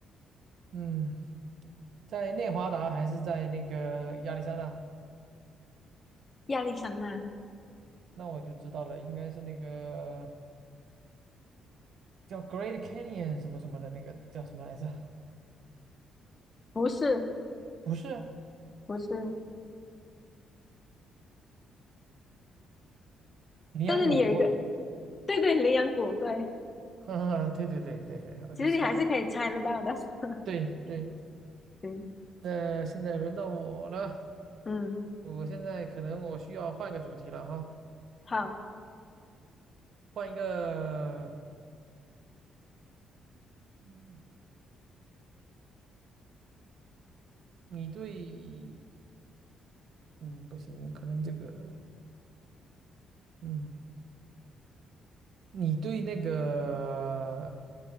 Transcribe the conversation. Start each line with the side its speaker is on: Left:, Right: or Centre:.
Right: 嗯，在内华达还是在那个亚利桑那？
Left: 亚利桑那？
Right: 那我就知道了，应该是那个叫 Great Canyon 什么什么的那个叫什么来着？
Left: 不是，
Right: 不是
Left: 不是，
Right: 羚羊谷，
Left: 但是你有一个，对对，羚羊谷，对，
Right: <laughs> 哈哈，<laughs> 对对对对对，我就猜了，
Left: 其实你还是可以猜得到的。<laughs>
Right: 对对。
Left: 行，
Right: 那现在轮到我了，
Left: 嗯，
Right: 我现在可能我需要换个主题了哈，
Left: 好，
Right: 换一个，嗯，你对，嗯，不行，可能这个，嗯，你对那个